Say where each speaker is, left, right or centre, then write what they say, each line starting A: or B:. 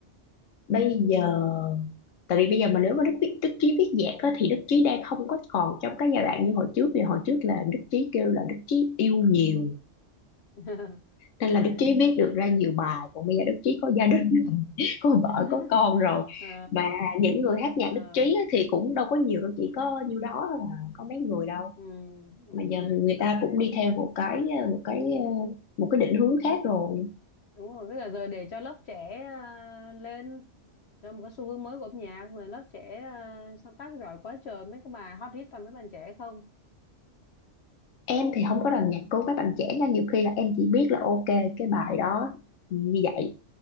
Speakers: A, on the left; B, on the left.
A: bây giờ tại vì bây giờ mà nếu mà Đức viết Đức Chí viết nhạc á, thì Đức Chí đang không có còn trong cái giai đoạn như hồi trước vì hồi trước là Đức Chí kêu là Đức Chí yêu nhiều
B: <laughs>
A: nên
B: Ờ.
A: là Đức Chí viết được ra nhiều bài còn bây giờ Đức Chí có gia đình có vợ
B: <laughs>
A: có con rồi
B: Ờ.
A: mà những người hát nhạc
B: Ờ.
A: đích trí á thì cũng đâu có nhiều đâu chỉ có nhiêu đó thôi à có mấy người đâu
B: Ừ. Ừ.
A: mà giờ
B: ừ.
A: người ta cũng đi theo một cái ờ, một cái ờ, một cái định hướng khác rồi
B: đúng rồi với cả giờ để cho lớp trẻ ờ, lên cho một cái xu hướng mới của âm nhạc rồi lớp trẻ ờ, sáng tác giỏi quá trời mấy cái bài hot hit toàn mấy bạn trẻ không
A: em thì không có làm nhạc cứu mấy bạn trẻ nha nhiều khi là em chỉ biết là ok cái bài đó như vậy